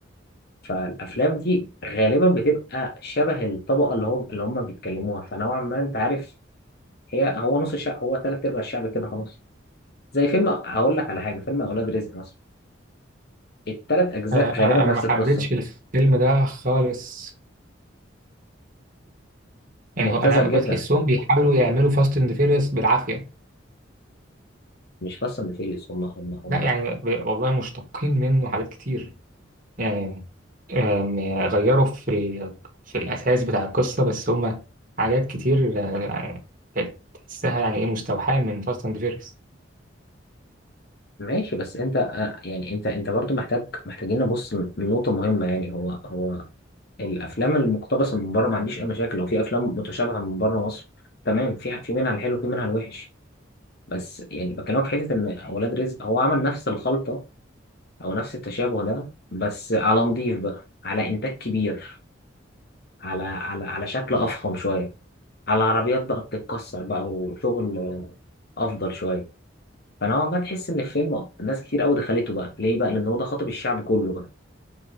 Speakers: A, on the left; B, on the right.
A: فالأفلام دي غالبا بتبقى شبه الطبقة اللي هم اللي هم بيتكلموها فنوعا ما انت عارف هي هو نص الشعب هو تلات أرباع الشعب كده خلاص زي فيلم أقول لك على حاجة فيلم أولاد رزق مثلا التلات أجزاء
B: آه، أنا
A: غالبا نفس
B: أنا ما حبيتش
A: القصة
B: الفيلم ده خالص يعني
A: مبتذل
B: هو أنا بتحسهم
A: جدا
B: بيحاولوا يعملوا فاست أند فيريوس بالعافية
A: مش فاصل فيريس هم هم هم
B: لا يعني ب... والله مشتقين منه حاجات كتير يعني آم، غيروا في ال- في الأساس بتاع القصة بس هما حاجات كتير آه، آه، تحسها يعني إيه مستوحاة من فاست أند فيريس
A: ماشي بس انت آه، يعني انت انت برضو محتاج محتاجين نبص لنقطة مهمة يعني هو هو الافلام المقتبسة من بره ما عنديش اي مشاكل لو في افلام متشابهة من بره مصر تمام في في منها الحلو في منها الوحش بس يعني بكلمك في حتة ان اولاد رزق هو عمل نفس الخلطة او نفس التشابه ده بس على نضيف بقى على انتاج كبير على على على شكل افخم شوية على عربيات بقى بتتكسر بقى وشغل افضل شوية فنوعا ما تحس ان الفيلم ناس كتير قوي دخلته بقى ليه بقى لان هو ده خاطب الشعب كله بقى